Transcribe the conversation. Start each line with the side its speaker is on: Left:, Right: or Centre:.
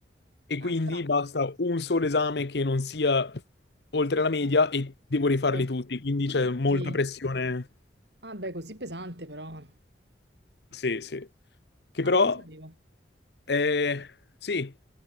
Left: E
Right: Ah,
Left: quindi
Right: strano.
Left: basta un solo esame che non sia oltre la media
Right: Strano.
Left: e devo rifarli
Right: Sì, beh,
Left: tutti, quindi
Right: Tutti.
Left: c'è molta pressione.
Right: Ah, beh, così pesante però.
Left: Sì, sì. Che
Right: Ah,
Left: però,
Right: non lo sapevo.
Left: eh, sì,